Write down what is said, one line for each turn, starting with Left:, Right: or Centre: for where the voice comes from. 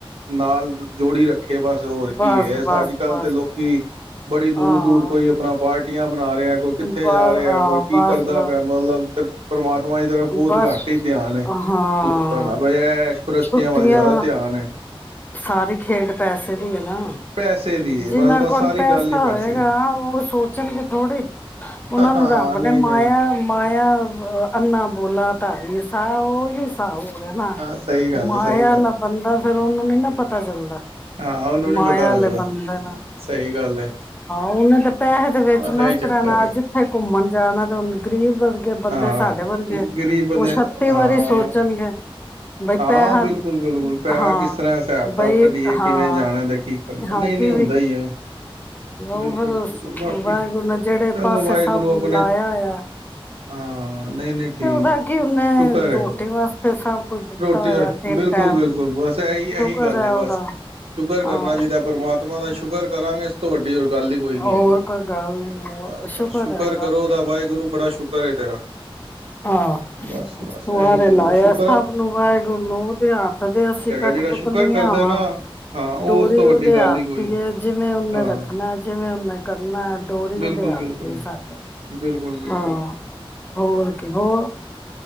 Right: ਨਾਲ ਜੋੜੀ ਰੱਖ ਖੇ ਬਸ ਹੋਰ ਕੀ
Left: ਬਸ
Right: ਹੈ
Left: ਬਸ
Right: ਅੱਜ-ਕੱਲ੍ਹ
Left: ਬਸ
Right: ਤੇ ਲੋਕੀ, ਬੜੀ
Left: ਹਾਂ
Right: ਦੂਰ-ਦੂਰ ਕੋਈ ਆਪਣਾ ਪਾਰਟੀਆਂ ਮਨਾ ਰਿਹਾ ਕੋਈ ਕਿੱਥੇ
Left: ਬ
Right: ਜਾ ਰਿਹਾ ਕੋਈ ਕੀ
Left: ਬਸ
Right: ਕਰਦਾ ਪਿਆ। <unintelligible> ਪਰਮਾ ਤਮਾ ਦੀ ਤਰਫ ਬਹੁਤ
Left: ਬਸ
Right: ਘੱਟ ਹੀ ਧਿਆਨ ਏ,
Left: ਹਾਂ
Right: ਲੋਕਾਂ ਦਾ ਬਸ ਇਹ ਐਸ਼ਪਰਸਤੀਆਂ
Left: ਛੁੱਟੀਆਂ
Right: ਵੱਲ ਜ਼ਿਆਦਾ ਧਿਆਨ ਏ।
Left: ਸਾਰੀ ਖੇਡ ਪੈਸੇ ਦੀ ਏ। ਏ ਨਾ।
Right: ਪੈਸੇ ਦੀ ਏ ਬਸ
Left: ਜਿਨਾਂ
Right: ਬਸ
Left: ਕੋਲ
Right: ਸਾਰੀ
Left: ਪੈਸਾ
Right: ਗੱਲ ਹੀ ਪੈਸੇ
Left: ਹੋਏਗਾ ਉਹ ਸੋਚਣਗੇ ਥੋੜੀ, ਉਹਨਾਂ
Right: ਹਾਂ
Left: ਨੂੰ ਰੱਬ
Right: ਨਹੀਂ
Left: ਨੇ ਮਾਇਆ
Right: ਨਹੀਂ
Left: ਮਾਇਆ <unintelligible> ਅੰਨਾ ਬੋਲਾਧਾਰੀ ਉਹੀ ਹਿਸਾਬ ਹੋ ਰਿਹਾ ਨਾ
Right: ਸਹੀ ਗੱਲ
Left: ਮਾਇਆ
Right: ਹੈ ਸਹੀ ਗੱਲ
Left: ਨਾ
Right: ਹੈ
Left: ਬੰਦਾ ਫੇਰ ਉਹਨੂੰ ਨੀ ਨਾ ਪਤਾ ਚੱਲਦਾ।
Right: ਹਾਂ ਉਹਨੂੰ ਨੀ
Left: ਮਾਇਆ
Right: ਪਤਾ ਲੱਗਦਾ
Left: ਵਾਲੇ ਬੰਦੇ ਹਾਂ
Right: ਸਹੀ ਗੱਲ ਹੈ
Left: ਉਹਨੇ ਤੇ ਪੈਸੇ ਦੇ ਵਿੱਚ
Right: ਬਸ ਇਹੀ
Left: ਮਸਤ
Right: ਚੱਕਰ
Left: ਰਹਿਣਾ
Right: ਏ
Left: ਜਿੱਥੇ ਘੁੰਮਣ ਜਾਣਾ ਤੇ ਉਹਨੂੰ ਗ਼ਰੀਬ ਵਰ ਗੇ ਬੰਦੇ
Right: ਹਾਂ
Left: ਸਾਡੇ ਵਰਗੇ
Right: ਗਰੀਬ ਬੰਦੇ
Left: ਉਹ ਛੱਤੀ
Right: ਹਾਂ
Left: ਵਾਰੀ ਸੋਚਣਗੇ ਬਈ
Right: ਹਾਂ
Left: ਪੈਹਾ
Right: ਬਿਲਕੁਲ-ਬਿਲਕੁਲ ਪੈਸਾ
Left: ਹਾਂ
Right: ਕਿਸ ਤਰ੍ਹਾਂ ਹਿਸਾਬ-ਕਿਤਾਬ
Left: ਬਈ
Right: ਕੱਢੀਏ ਕਿਵੇਂ
Left: ਹਾਂ
Right: ਜਾਣਾ ਤੇ ਕੀ ਕਰਨਾ
Left: ਹਾਂ
Right: ਨਹੀਂ-ਨਹੀਂ
Left: ਕਿਵੇਂ
Right: ਹੁੰਦਾ ਹੀ ਹੈ
Left: ਉਹ
Right: ਬਿਲਕੁਲ-ਬਿਲਕੁਲ
Left: ਫਿਰ
Right: ਬਾਕੀ,
Left: ਵਾਹਿਗੁਰੂ ਨੇ ਜਿਹੜੇ
Right: ਚਲੋ
Left: ਪਾਸੇ
Right: ਵਾਹਿਗੁਰੂ
Left: ਸਭ
Right: ਆਪਣੇ
Left: ਲਾਇਆ ਹੋਇਆ
Right: ਹਾਂ ਨਹੀਂ-ਨਹੀਂ ਠੀਕ
Left: ਬਾਕੀ ਉਹਨੇ
Right: ਸ਼ੁਕਰ
Left: ਰੋਟੀ
Right: ਹੈ
Left: ਵਾਸਤੇ ਸਭ ਕੁਝ ਦਿੱਤਾ
Right: ਰੋਟੀ
Left: ਹੋਇਆ ਤਿੰਨ
Right: ਬਿਲਕੁਲ-ਬਿਲਕੁਲ
Left: ਟਾਈਮ
Right: ਬਸ ਇਹੀ
Left: ਸ਼ੁਕਰ
Right: ਇਹੀ ਗੱਲ
Left: ਹੈ
Right: ਏ
Left: ਉਹਦਾ
Right: ਬਸ ਸ਼ੁਕਰ ਕਰਨਾ
Left: ਹਾਂ
Right: ਚਾਹੀਦਾ ਪਰਮਾਤਮਾ ਦਾ। ਸ਼ੁਗਰ ਕਰਾਂਗੇ ਇਸ ਤੋਂ ਵੱਡੀ ਹੋਰ ਗੱਲ ਹੀ ਕੋਈ ਨੀ
Left: ਹੋਰ
Right: ਹੈਗੀ ਜੀ।
Left: ਕੋਈ ਗੱਲ ਨੀ ਹੋਰ
Right: ਬਸ-ਬਸ ਸ਼ੁਕਰ
Left: ਹੈ
Right: ਕਰੋ ਉਹਦਾ ਵਾਹਿਗੁਰੂ ਬੜਾ ਸ਼ੁਕਰ ਏ ਤੇਰਾ।
Left: ਹਾਂ
Right: ਬਸ-ਬਸ
Left: ਦੁਆਰੇ
Right: ਇਹੀ ਗੱਲ
Left: ਲਾਇਆ
Right: ਏ ਸ਼ੁਕਰ
Left: ਸਭ
Right: ਆ।
Left: ਨੂੰ ਵਾਹਿਗੁਰੂ ਨੂੰ ਉਹਦੇ ਹੱਥ ਦੇ ਅਸੀਂ ਕੱਟ
Right: ਜਿਹੜਾ
Left: ਪੁਤਲੀਆਂ
Right: ਸ਼ੁਕਰ ਕਰਦਾ
Left: ਵਾ,
Right: ਨਾ ਹਾਂ ਉਹ
Left: ਡੋਰੀ
Right: ਉਸ ਤੋਂ ਵੱਡੀ
Left: ਉਹਦੇ
Right: ਗੱਲ
Left: ਹੱਥ
Right: ਹੀ ਕੋਈ
Left: ਈ
Right: ਨਹੀਂ
Left: ਐ ਜਿਵੇਂ ਉਨ੍ਹੇ
Right: ਹਾਂ
Left: ਰੱਖਣਾ ਜਿਵੇਂ ਉਹਨੇ ਕਰਨਾ ਡੋਰੀ
Right: ਬਿਲਕੁਲ
Left: ਉਹਦੇ ਹੱਥ
Right: ਬਿਲਕੁਲ
Left: ਈ ਸਾਡੇ,
Right: ਬਿਲਕੁਲ ਬਿਲਕੁਲ
Left: ਹਾਂ ਹੋਰ ਕੀ ਹੋਰ।